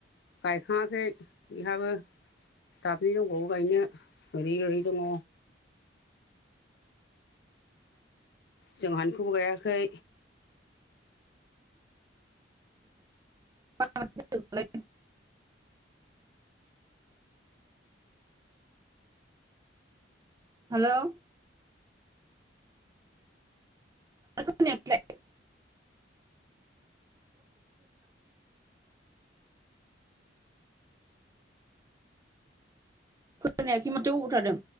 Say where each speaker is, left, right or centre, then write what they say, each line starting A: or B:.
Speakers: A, on the left (about 55°); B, on the right (about 20°).
A: गायखाङाखै बिहाबो दाबनि दंबावो गायनो ओरै ओरै दङ'। जोंहानिखौबो गायाखै।
B: <inaudible> हेल'। खोनायासैलाय <inaudible> खोनायाखै माथो अबाव थादों?